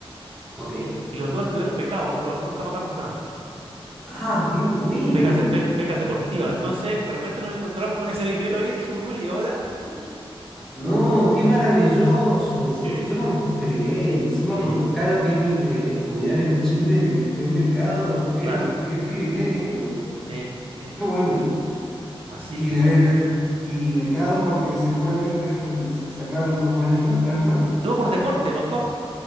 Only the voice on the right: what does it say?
Y los dos estuvieron becados, no, pa- nunca pagamos nada.
Becas, de- be- becas deportivas. Entonces, de repente nos encontramos con ese dinero ahí y dijimos, y bueno, ¿y ahora? <laughs>
Sí.
Sí,
claro.
Sí, sí.
Así
que
como...
No, por deporte, los dos,